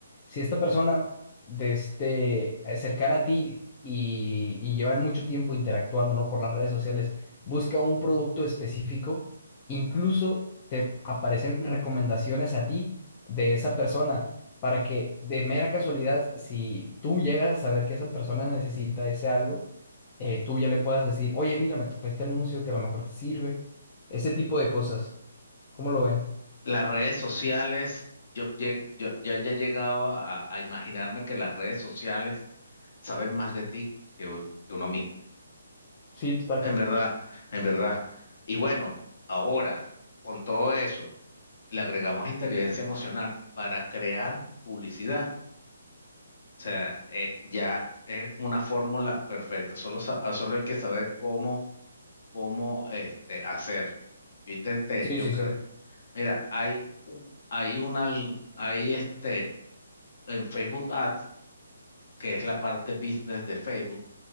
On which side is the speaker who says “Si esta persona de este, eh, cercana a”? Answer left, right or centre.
Left